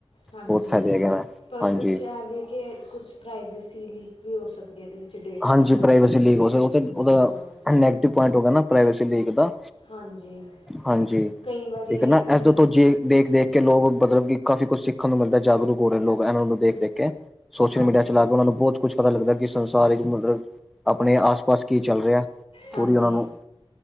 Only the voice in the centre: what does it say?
ਬਹੁਤ ਫਾਇਦੇ ਹੈਗੇ ਨੇ
ਹਾਂਜੀ
ਹਾਂਜੀ
ਪ੍ਰਾਈਵੇਸੀ ਲੀਕ
ਹੋਦਾ
ਨੈਟਿਵ ਪੁਆੰਟ ਹੋ ਪ੍ਰਵਿਸੀ ਲੀਕ ਦਾ।
ਹਾਂਜੀ
ਇਕ ਨਾ
ਇਸਦੋ ਤੋਜੀ ਦੇਖ ਦੇਖ ਕੇ ਲੋਕ ਮਤਲਬ ਕਿ ਕਾਫ਼ੀ ਕੁਛ ਸਿੱਖਣ ਨੂੰ ਮਿਲਦਾ ਜਾਗਰੂਕ ਹੋ ਰਹੇ ਲੋਕ ਇਹਨਾਂ ਨੂੰ ਦੇਖ ਦੇਖ ਕੇ। ਸੋਸ਼ਲ
ਮੀਡੀਆ ਚਲਾ ਕੇ ਉਹਨਾਂ ਨੂੰ ਬਹੁਤ ਕੁਛ ਪਤਾ ਲੱਗਦਾ ਕਿ ਸੰਸਾਰ ਵਿੱਚ ਮਤਲਬ ਆਪਣੇ ਆਸ ਪਾਸ ਕੀ ਚੱਲ ਰਿਹਾ।
ਪੂਰੀ ਉਹਨਾਂ ਨੂੰ